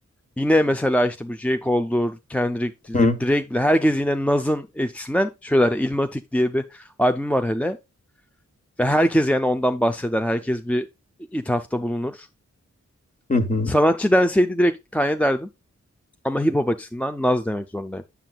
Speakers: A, in the centre; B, on the left.
A: Yine mesela işte bu J. Cole'dur, Kendrick'tir,
B: Hı,
A: Drake bile herkes yine Nas'ın etkisinden şöyle Illmatic diye bir albüm var hele. Ve herkes yani ondan bahseder. Herkes bir ithafta bulunur.
B: hı, hı.
A: Sanatçı denseydi direkt Kanye derdim. Ama hip hop açısından Naz demek zorundayım.